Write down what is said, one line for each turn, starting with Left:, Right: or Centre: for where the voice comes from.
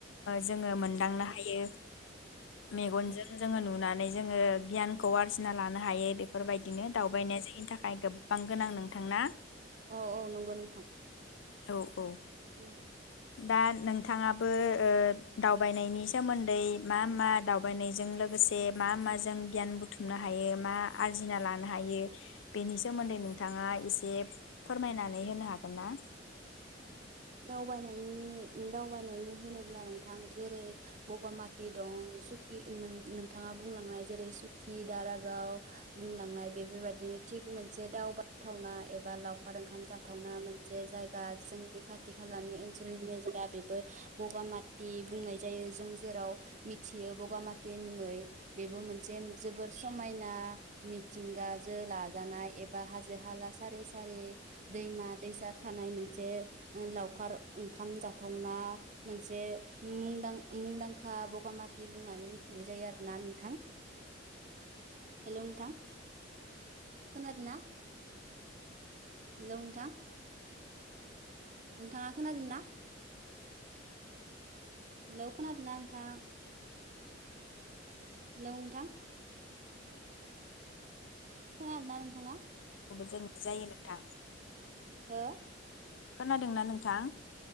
Left: जोंङो मोनदांनो हायो। मेगनजों जोंङो नुनानै जोंङो गियानखौ आरजिना लानो हायो। बेफोरबायदिनो दावबायनाय जायो। नि थाखाय गोबां गोनां नोंथां ना?
Right: औ औ नंगौ नोंथां।
Left: औ औ
Right: औ
Left: दा नोंथाङाबो ओ दावबायनायनि सोमोन्दै मा मा दावबायनायजों लोगोसे मा माजों गियान बुथुमनो हायो मा आरजिना लानो हायो बेनि सोमोन्दै नोंथाङा एसे फोरमायनानै होनो हागोन ना?
Right: दावबायनायनि दावबायनायनि होनोब्ला नोंथां जेरै बगामा ति सुक सुकि नोंथाङा बुंलांनाय जेरै सुकि दारागाव बुंलांनाय बेफोरबायाददि थिग मोनसे दावबायाथावना एबा लावखार ओंखाम जाथावना मोनसे जाय गा जोंनि खाथि खालानि ओनसोलनिनो जाया बेबो बगामाथि बुंनाय जायो। जों जेराव मिथियो बगामाथि मुङै बेबो मोनसे जोबोर समायना मिथिंगाजों लाजानाय एबा हाजो हाला सारि-सारिे दैमा दैसा थानाय मोन मोनसे लावखार ओंखाम जाथावना मोनसे मुंदांखा बगामाथि बुंनानै मिथिनाय जायो आरोना नोंथां। हेलौ नोंथां। खोनादोंना? हेलौ नोंथां। नोंथाङा खोनादोंना? हेलौ खोनादोना नोंथां? हेलौ नोंथां। खोनादोंना नोंथाङा?
Left: बेखौबो जों जायो नोंथां।
Right: हो?
Left: खोनादोंना नोंथां?